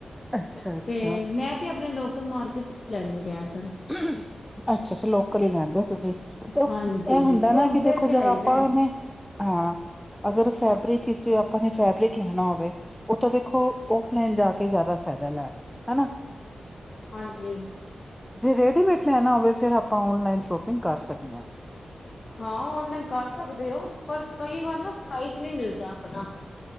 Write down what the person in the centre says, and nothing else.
ਅੱਛਾ ਅੱਛਾ
ਅੱਛਾ ਅੱਛਾ ਲੋਕ ੱਕਰੀ ਲੈਂਦੇ ਹੋ ਤੁਸੀਂ
ਇਹ ਹੁੰਦਾ ਨਾ
ਕਿ
ਦੇਖੋ
ਜ
ਆਪਾਂ
ਉਹਨੇ ਹਾਂ ਅਗਰ ਫੈਬਰਿਕ ਵਿੱਚ ਆਪਾਂ ਨੇ ਫੈਬਰਿਕ ਲੈਣਾ ਹੋਵੇ ਉਹ ਤਾਂ ਦੇਖੋ ਔਫਲਾਈਨ ਜਾ ਕੇ ਜ਼ਿਆਦਾ ਫਾਇਦਾ ਲੈ ਹਨਾ
ਜੇ ਰੇਡੀਮੇਡ ਲੈਣਾ ਹੋਵੇ ਫਿਰ ਆਪਾਂ ਔਨਲਾਈਨ ਸ਼ੋਪਿੰਗ ਕਰ ਸਕਦੇ ਹਾਂ